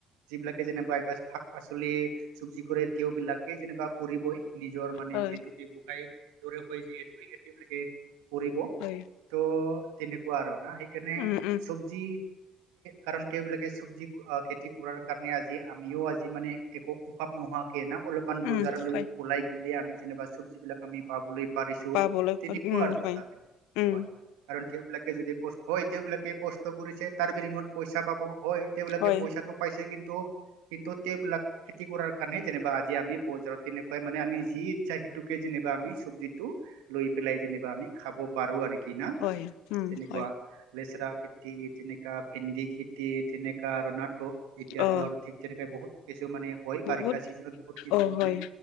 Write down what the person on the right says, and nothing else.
যিবিলাকে যেনিবা শাক পাচলি চব্জি কৰে তেওঁবলাকে যেনিবা কৰিবই নিজৰ মানে
যিহেতু ব্য্ৱসায় দৰে হয় যিহেতু সিহঁতিিলে কৰিবব
ত' তেনেকুৱা আৰু না সেইকাৰণে
চব্জি কাৰণ তেওঁবিলাকে চব্জি খেতি কৰাৰ কাৰণে আজি আমিও আজি মানে একো অভাৱ নোহোৱাকে অলপমান
বজাৰলৈ
ওলাই গিললে আমি যেনা চব্জ বিিলাক আমি পাবলৈ পাৰিছো
তেনেকুৱা
আৰু কথ
বিিলাক
হয় কাৰ তেওঁবিলাক যদি কষ্ট হয় এতিবলাকে কষ্ট কৰিছে তাৰ বিৰিমত পইচা পাব হয় তেওঁলোকে
পইচাটো পাইছে কিন্তু কিন্তু সেবিলাক খেতি কৰাৰ কাৰণে যেনিবা আজি আমি বজাৰত তেনেকুৱাই মানে আমি যি ইচ্ছা সেইটোকে যেনিবা আমি চবজি টো লৈ পেলাই যেনিবা আমি খাব পাৰো আৰু কিনা
তেনেকুৱা
লেচৰা খেতি তেনেকা ভেন্দি খেতি তেনেকা আৰু নাটো এতিয়াতো
আৰু ঠিক তেনেকাই বহুত কিছু মানে হয়
বাৰিষা চিজনত বহুত কিছু
মানে